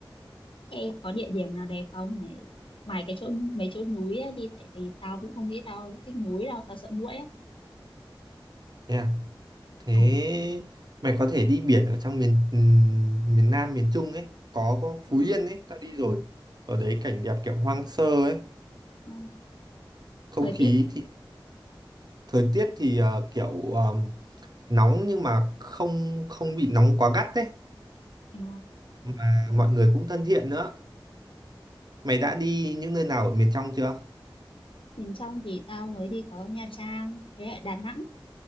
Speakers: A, on the left (about 80°); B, on the right (about 50°).
A: thế có địa điểm nào đẹp không? Mày, ngoài cái chỗ mấy chỗ núi ấy đi tại vì tao cũng không nghĩ tao thích núi đâu, tao sợ muỗi á.
B: Nha. Thế
A: Ờ.
B: mày có thể đi biển ở trong miền ừm, miền Nam miền Trung ấy, có, có Phú
A: Ờ.
B: Yên ấy, tao đi rồi. Ở đấy cảnh đẹp kiểu hoang sơ ấy
A: Ừ.
B: không
A: thời
B: khí
A: tiết
B: thì thời tiết thì ờ, kiểu ờm, nóng nhưng mà không không bị nóng quá gắt đấy
A: ờ,
B: mà mọi người cũng thân thiện nữa mày đã đi những nơi nào ở miền trong chưa
A: miền trong thì tao mới đi có Nha Trang với lại Đà Nẵng